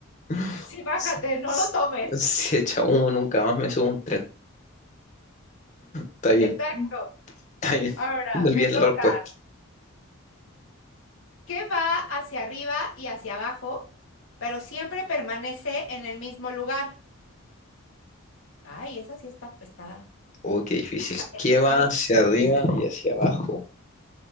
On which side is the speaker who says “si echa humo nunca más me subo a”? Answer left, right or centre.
Left